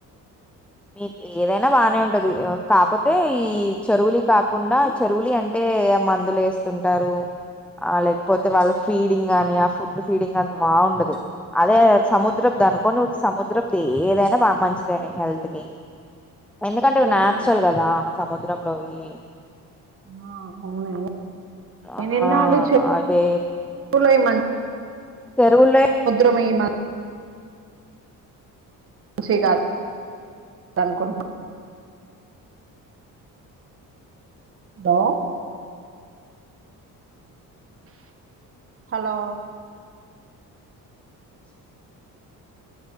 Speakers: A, in the centre; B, on the right (about 40°).
A: మీకు ఏదైనా బానే ఉంటది కాకపోతే చరూవులే కాకుండా చెరువులీ అంటే మందులు వేసుకుంటారు అల్ పోతే వాళ్ల
B: ఉమ్.
A: ఫీడింగ్ అని. ఫుడ్ ఫీడింగ్ అని మగుండదు. అదే సముద్రపు దనుకొని సముద్రపుది ఏదైనా మంచిదేనా హెల్త్ కి. ఎందుకంటే
B: సముద్రం
A: ఇవి నాచురల్
B: మంచిది
A: కదా సముద్రంలోవి
B: ఆ అవునా నేను
A: ఆ
B: ఇన్నాళ్ళు
A: అవె.
B: చెరువులయి
A: చెరువులయ్.
B: సమయమా. మూసి కాదు అనుకోని. దా. హలో.
A: ఆ